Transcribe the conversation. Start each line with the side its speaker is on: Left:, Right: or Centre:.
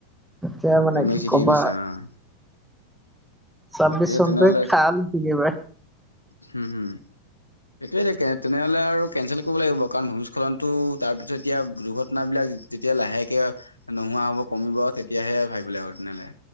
Centre: এতিয়া মানে
Left: তুমি
Centre: কি
Left: থিকেই
Centre: কবা
Left: কৈছা অ'।
Centre: ছাব্বিছ
Left: বাকী
Centre: চনটোৱে
Left: তেনেহলে
Centre: <unintelligible> একেবাৰে।
Left: হম হম <unintelligible> তেনেহ'লে আৰু তেনেহ'লে কেনঞ্চেল কৰিব লাগিব। কাৰণ ভূমিস্খলনটো, তাৰপিছত এতিয়া দুৰ্ঘটনাবিলাক যেতিয়া লাহেকে নোহোৱা হ'ব, কমিব। তেতিয়াহে ভাবিবলৈ আৰু তেনে হ'লে।